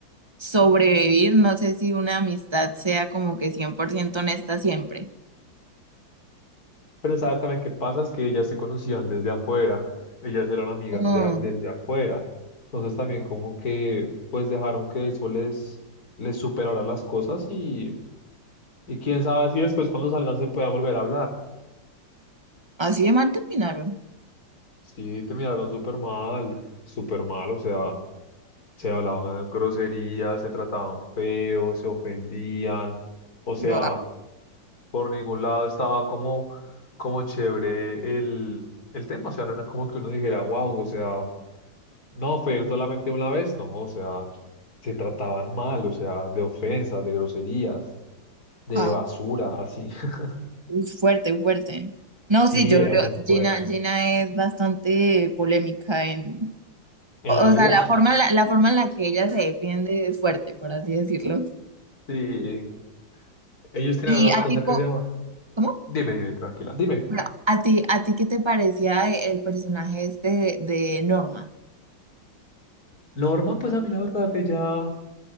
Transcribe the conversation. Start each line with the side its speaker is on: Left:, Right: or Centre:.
Right: sobrevivir, no sé si una amistad sea como que 100% honesta siempre.
Left: Pero sabes también qué pasa, es que ellas se conocían desde afuera, ellas eran amigas
Right: Mm,
Left: de- desde afuera. Entonces también como que, pues dejaron que eso les, les superara las cosas y, y quién sabe si después cuando salgan se puedan volver a hablar.
Right: así de mal terminaron.
Left: Sí, terminaron súper mal, súper mal, o sea. se hablaban groserías, se trataban feo, se ofendían, o sea,
Right: Yo, ah,
Left: por ningún lado estaba como, como chévere el, el tema, o sea, no era como que uno dijera, wow, o sea, no, fue solamente una vez, no, o sea, se trataban mal, o sea, de ofensas, de groserías, de
Right: ah,
Left: basura, así. <laughs>
Right: uy, fuerte, fuerte. No,
Left: Sí,
Right: sí, yo,
Left: era
Right: yo-
Left: muy
Right: Gina,
Left: fuerte.
Right: Gina es bastante polémica en,
Left: En
Right: o o
Left: la vida.
Right: sea, la forma,
Left: <laughs>
Right: la, la forma en la que ella se defiende es fuerte, por así decirlo.
Left: Sí, ellos tenían
Right: Y
Left: una
Right: a
Left: cosa
Right: tipo,
Left: que se llama...
Right: ¿cómo?
Left: Dime, dime, tranquila, dime.
Right: Bueno, ¿a ti, a ti qué te parecía el personaje este de, de Norma?
Left: Norma, pues a mí la verdad, ella...